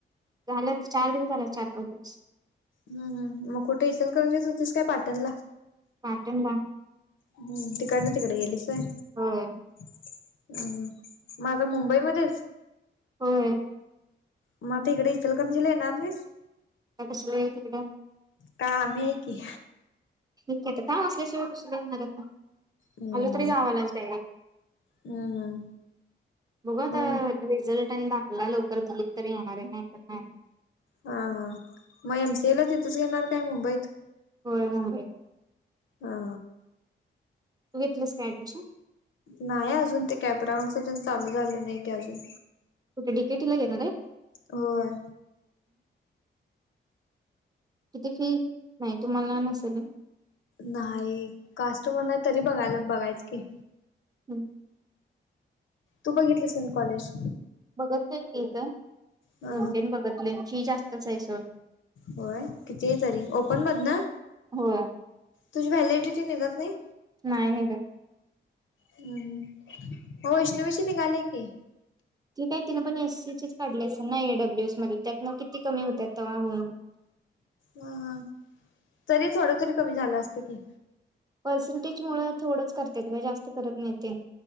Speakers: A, on the right; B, on the left.
A: झालं चार दिवस, झाल चार पाच दिवस.
B: हम हम, मग कुठं इंचलकरजीत होतीस का पाटणला?
A: पाटणला.
B: हम् तिकडनं तिकडं गेलीस होय.
A: होय.
B: हम्म हम्म मग आता मुंबईमध्ये आहेस.
A: होय आता
B: मग आता इकडं इचलकरंजीला येणार नाहीस?
A: काय कशाला येऊ तिकडं,
B: का आम्ही हायं की,
A: ठीक आहे तर काम असल्याशिवाय कशाला येवू मी आता.
B: हम्म
A: आलो तरी गावालाच डायरेक्ट,
B: हम्म हम्म.
A: बघू आता
B: मग
A: रिझल्ट आणि दाखला लवकर दिलीत तर येणार आहे नाही तर नाही.
B: हा हा मग एमसीएला तिथेच घेणार काय मुंबईत.
A: होय मुंबई.
B: हा..
A: तू घेतलीस काय ऍडमिशन?
B: नाही अजून ते कॅपराऊंडच तेण चालू झालं नाही की अजून,
A: कुठं डीकेटी ला घेणार ये.
B: होय.
A: किती फी नाही तुम्हाला नसेल.
B: नाही कास्ट वर नाही तरी बघायला बघायचं की,
A: हम्
B: तू बघितलंस कणी कॉलेज.
A: बघतलं ती इथं,
B: अ
A: जनतेन बघतले फी जास्तच हाय सोड.
B: होय किती आहे तरी ओपन मधन.
A: होय.
B: तुझी व्हॅलिडिटी निघत नाही.
A: नाही निघत,
B: हम् हो वैष्णवीशी निघालेय की,
A: ती काय तिन पण एससीचीच काढली असलं ना एडब्ल्यू एस मध्ये त्यातनं किती कमी होत्यात तवा होऊन होऊन.
B: हाहा तरी थोड तरी कमी झालं असत की,
A: पर्सेंटेज मुळं थोडंच करत्यात गं, जास्त करत नाहीेत तेण,